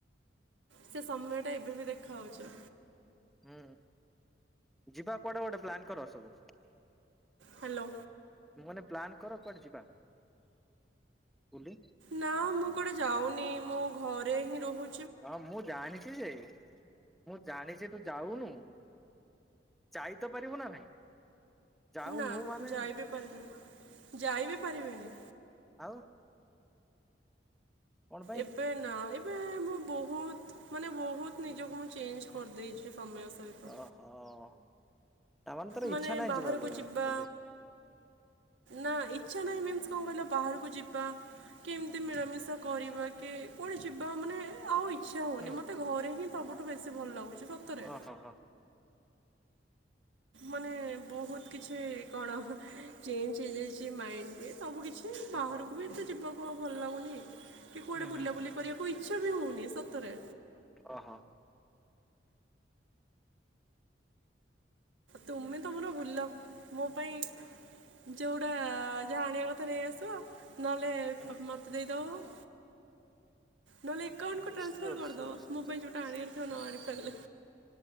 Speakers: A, on the right; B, in the centre.
A: ସେ ସମୟ ଟା ଏବେ ବି ଦେଖା ହଉଚି।
B: ହଁ ଯିବା କୁଆଟା ଗୋଟେ ପ୍ଲାନ୍ କର ସବୁ।
A: ହ୍ୟାଲୋ
B: ମୁଁ କହିଲି ପ୍ଲାନ କର କୁଆଡେ ଯିବା। କୋଉଠି?
A: ନା ମୁଁ କୁଆଡେ ଯାଉନି ମୁଁ ଘରେ ହିଁ ରହୁ
B: ହଁ ମୁଁ ଜାଣିଛି ଯେ ମୁଁ ଜାଣିଛି ତୁ ଯାଉନୁ ଯାଇ ତ ପାରିବୁ ନା ନାଇଁ? ଯାଉନୁ
A: ନା
B: ମାନେ
A: ଯାଇ ବିି ପାରିବିନି ଯାଇ ବିି ପାରିବିନି।
B: ଆଉ କଣ ପାଇଁ
A: ଏବେ ନା ଏବେ ମୁଁ ବହୁତ ମାନେ ବହୁତ ନିଜକୁ ମୁଁ ଚେଞ୍ଜ କରିଦେଇଛି। ସମୟ ସହିତ
B: ଓହୋ। ତାମାନେ ତୋର
A: ମାନେ
B: ଇଚ୍ଛା ନାହିଁ
A: ବାହାରକୁ
B: ଯିବାକୁ ଇଆଡେ
A: ଯିବା
B: ବୁଲି
A: ନା ଇଚ୍ଛା ନାଇଁ ମିନ୍ସ କଣ କହିଲ ବାହାରକୁ ଯିବା କେମିତି ମିଳାମିଶା କରିବା କି କୁଆଡେ ଯିବା ମାନେ ଆଉ ଇ ଇଚ୍ଛା ହଉନି
B: ହୁଁ
A: ମତେ ଘରେ ହିଁ ସବୁଠୁ ବେଶୀ ଭଲ ଲାଗୁଛି। ସତରେ
B: ଓହୋ ହ।
A: ମାନେ ବହୁତ କିଛି କଣ ଚେଞ୍ଜ ହେଇଯାଇଛି ମାଇଣ୍ଡ ବି। ସବୁ କିଛି ବାହାରକୁ
B: ଓହୋ
A: ବି ଏତେ ଯିବାକୁ ପୁଅ ଭଲ ଲାଗୁନି କି କୁଆଡେ
B: ହୁଁ
A: ବୁଲା
B: ହୁଁ ହୁଁ
A: ବୁଲି କରିବାକୁ ଇଚ୍ଛା ବି ହଉ ଏ ସତରେ।
B: ଓହ।
A: ତୁମେ ତମର ବୁଲ ମୋ ପାଇଁ ଯୋଉଟା ଯାହା ଆଣିବା କଥା ନେଇଆସିବ ଆଉ। ନେହେଲେ
B: ହୁଁ
A: ମତେ ଦେଇଦବ। ନହେଲେ ଆକାଉଣ୍ଟକୁ ଟ୍ରାନ୍ସଫର୍
B: ସିଓର
A: କରିଦବ
B: ସିଓର ସିଓର
A: ପାଇଁ ଯୋଉଟା ଆଣିବା ତ ନ ଆଣି ପାରଲେ।